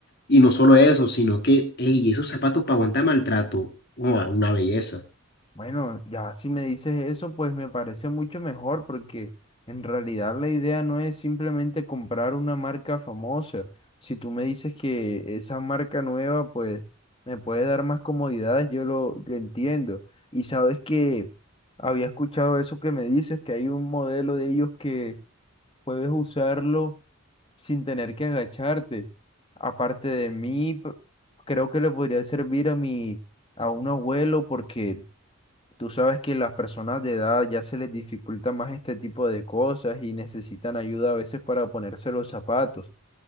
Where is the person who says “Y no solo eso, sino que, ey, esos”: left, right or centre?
Left